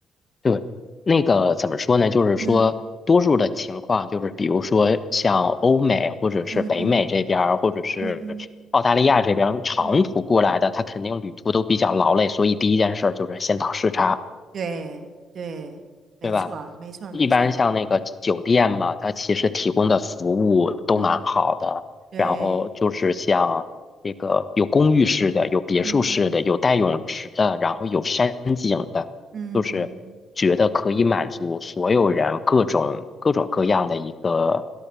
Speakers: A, on the left (about 40°); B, on the right (about 60°).
A: 对，那个怎么说呢？就是说，
B: 嗯
A: 多数的情况就是，比如说像欧美或者是北美这边儿，
B: 嗯嗯
A: 或者是澳大利亚这边儿长途过来的，
B: 嗯嗯嗯，
A: 他肯定旅途都比较劳累，所以第一件事儿就是先倒时差，
B: 对对，没错儿没错儿没错儿
A: 对吧？一般像那个酒店嘛，它其实提供的服务都蛮好的。
B: 嗯，对，
A: 然后就是像这个有公寓式的，有别墅式的，
B: 嗯嗯嗯嗯
A: 有带泳池的，然后有山景的，
B: 嗯嗯嗯。
A: 就是觉得可以满足所有人各种各种各样的一个